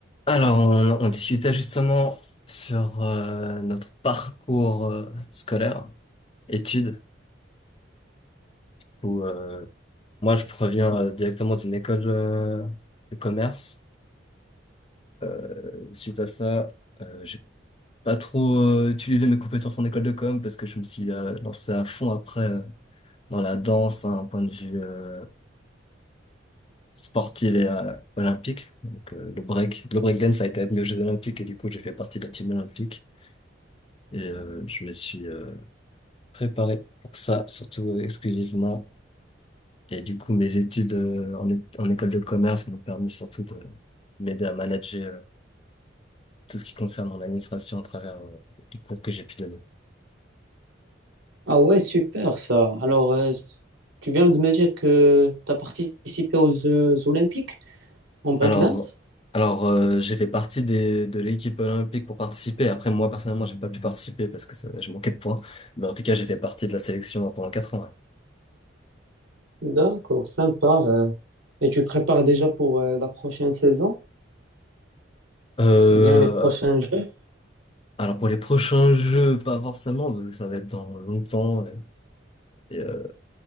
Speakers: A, on the left; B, on the right.
A: Alors, on, on discutait justement sur euh, notre parcours euh, scolaire, études, où euh, moi je proviens euh, directement d'une école euh, de commerce. Euh, suite à ça, euh, j'ai pas trop euh, utilisé mes compétences en école de com parce que je me suis euh, lancé à fond après euh, dans la danse, hein, un point de vue euh, sportif et euh, olympique. Donc euh, le break, le breakdance a été admis aux Jeux Olympiques et du coup j'ai fait partie de la team olympique et euh, je me suis euh, préparé pour ça, surtout euh, exclusivement. Et du coup, mes études euh, en, é- en école de commerce m'ont permis surtout de m'aider à manager euh, tout ce qui concerne mon administration à travers euh, les cours que j'ai pu donner.
B: Ah ouais, super ça. Alors, euh, tu viens de me dire que tu as participé aux Jeux Olympiques en breakdance?
A: Alors, alors euh, j'ai fait partie des, de l'équipe olympique pour participer. Après, moi, personnellement, j'ai pas pu participer parce que ça- je manquais de points. Mais en tout cas, j'ai fait partie de la sélection pendant quatre ans. ouais.
B: D'accord, sympa. euh. Et tu prépares déjà pour euh, la prochaine saison
A: Euh,
B: ou bien les prochains Jeux?
A: alors, pour les prochains jeux, pas forcément, parce que ça va être dans longtemps. ouais. Et, euh,